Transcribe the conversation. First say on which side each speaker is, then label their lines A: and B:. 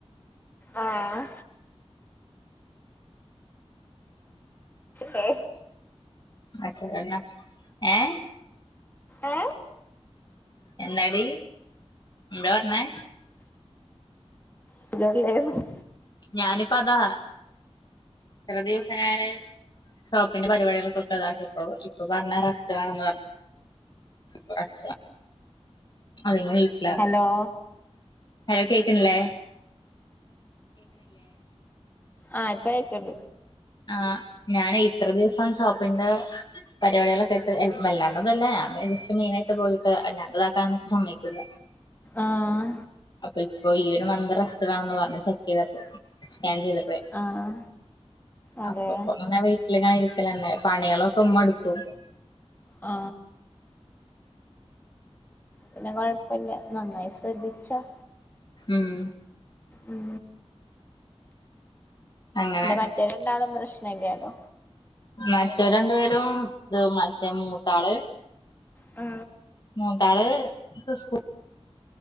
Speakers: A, on the left; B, on the left.
A: ആഹ് ഹെ
B: അച്ഛൻ തന്ന ഏ
A: ഏ
B: എന്താടി എന്താ പറഞ്ഞെ
A: സുഖല്ലെന്ന്
B: ഞാനിപ്പോ അതാ എത്ര ദിവസം നാന് ഷോപ്പിന്റെ പരിപാടികൾക്കൊക്കെ പ്പഇതാക്കി ഇപ്പോ ഇപ്പ പറഞ് റസ്റ്റ് വെണന്ന് പറഞ് ഇപ്പ റെസ്റ്റാ അതെ ഞാൻ വീട്ട്ലാ
A: ഹലോ
B: ഹലോ കേക്ക്ൺലെ
A: ആഹ് ഇപ്പ കേക്ക്‌ണ്ട്
B: ആ ഞാനേ ഇത്ര ദിവസം സോപ്പിന്റെ പരിപാടികളൊക്കായ്ട്ട് വല്ലാ അത് തന്നെ ജസ്റ്റ് മെയ്നായിട്ട് പോയിട്ട് അല്ലാത്തതാക്കാനൊന്നും സമ്മയ്ക്കൂല
A: ആഹ്
B: ഇപ്പൊ ഈ ഒരു മന്ത് റസ്റ്റ് വേണംന്ന് പറഞ്ഞ് ചെക്കെയ്ത്ട്ട് സ്കാൻ ചെയ്തപ്പഴെ
A: ആഹ് അതെ
B: അപ്പൊപ്പൊന്നാ വീട്ടിലങ്ങനെ ഇര്ക്കലന്നെ പണികളൊക്കെമ്മട്ക്കും
A: ആ പിന്നെ കൊഴപ്പെല്ല നന്നായി ശ്രദ്ധിച്ചാേ
B: ഉം
A: ഉം
B: അങ്ങനെ
A: പിന്നെ മറ്റേ രണ്ടാളും പ്രശ്നല്ല്യാലോ
B: മറ്റവര് രണ്ട് പേരും മറ്റേ മൂത്താള്
A: ആ
B: മൂത്താള് പ് സ്കു